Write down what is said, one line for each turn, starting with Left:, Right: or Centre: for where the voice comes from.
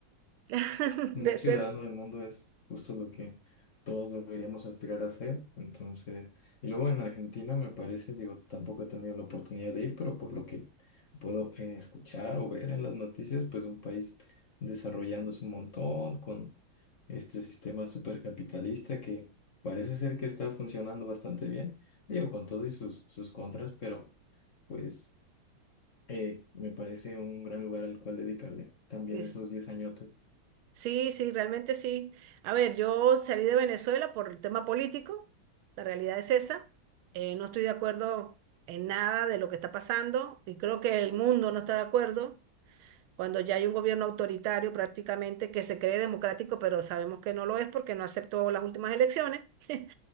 Right: <laughs>
Left: Un
Right: de
Left: ciudadano
Right: ser,
Left: del mundo es justo lo que todos deberíamos aspirar a ser. Entonces, y luego en Argentina me parece, digo, tampoco he tenido la oportunidad de ir, pero por lo que puedo eh, escuchar o ver en las noticias, pues un país desarrollándose un montón con este sistema supercapitalista que parece ser que está funcionando bastante bien, digo, con todo y sus, sus contras, pero pues eh, me parece un gran lugar al cual dedicarle también
Right: es-
Left: esos 10 añotes.
Right: sí, sí, realmente sí. A ver, yo salí de Venezuela por el tema político, la realidad es esa. Eh, no estoy de acuerdo en nada de lo que está pasando y creo que el mundo no está de acuerdo cuando ya hay un gobierno autoritario prácticamente que se cree democrático, pero sabemos que no lo es porque no aceptó las últimas elecciones. <laughs>